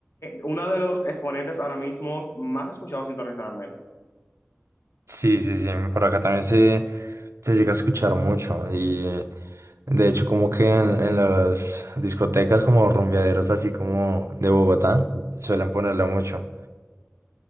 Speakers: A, on the left; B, on the right.
A: una de los exponentes ahora mismo más escuchados internacionalmente.
B: Sí, sí, sí, por acá también se, se llega a escuchar mucho y de hecho como que en, en las discotecas como rumbeaderos así como de Bogotá suelen ponerla mucho.